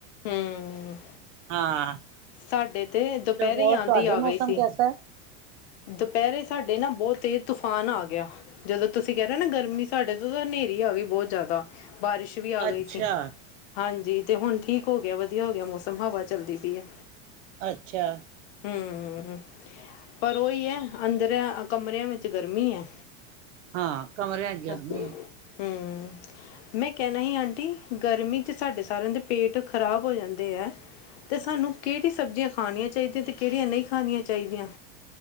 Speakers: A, on the left; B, on the right.
A: ਹਮ
B: ਹਾਂ,
A: ਸਾਡੇ ਦੁਪਹਿਰੇ
B: ਤੇ ਹੋਰ
A: ਹੀ ਆਂਦੀ
B: ਤੁਹਾਡੇ
A: ਆ
B: ਮੌਸਮ
A: ਗਈ ਸੀ
B: ਕੈਸਾ ਐ?
A: ਦੁਪਹਿਰੇ ਸਾਡੇ ਨਾ ਬਹੁਤ ਤੇਜ਼ ਤੂਫਾਨ ਆ ਗਿਆ। ਜਦੋਂ ਤੁਸੀਂ ਕਹਿ ਰਹੇ ਹੋ ਨਾ ਗਰਮੀ ਸਾਡੇ ਤੋਂ ਤਾਂ ਹਨੇਰੀ ਆ ਗਈ ਬਹੁਤ ਜ਼ਿਆਦਾ। ਬਾਰਿਸ਼ ਵੀ ਆ
B: ਅੱਛਾ
A: ਗਈ ਸੀ। ਹਾਂਜੀ ਤੇ ਹੁਣ ਠੀਕ ਹੋ ਗਿਆ, ਵਧੀਆ ਹੋ ਗਿਆ ਮੌਸਮ, ਹਵਾ ਚੱਲਦੀ ਪਈ ਐ।
B: ਅੱਛਾ!
A: ਹੂੰ, ਹੂ। ਪਰ ਉਹੀ ਏ, ਅੰਦਰੇ ਕਮਰਿਆਂ ਵੇਚ ਗਰਮੀ ਏ।
B: ਹਾਂ ਕਮਰਿਆਂ ਚ
A: <unintelligible>
B: ਗਰਮੀ ਹੈ
A: ਹੂੰ। ਮੈਂ ਕਹਿਨਾ ਸੀ ਆਂਟੀ ਗਰਮੀ ਚ ਸਾਡੇ ਸਾਰਿਆਂ ਦੇ ਪੇਟ ਖ਼ਰਾਬ ਹੋ ਜਾਂਦੇ ਏ। ਤੇ ਸਾਨੂੰ ਕਿਹੜੀ ਸਬਜ਼ੀਆਂ ਖਣੀਆਂ ਚਾਹੀਦੀਆਂ, ਤੇ ਕਿਹੜੀਆਂ ਨੀ ਖਣੀਆਂ ਚਾਹੀਦੀਆਂ।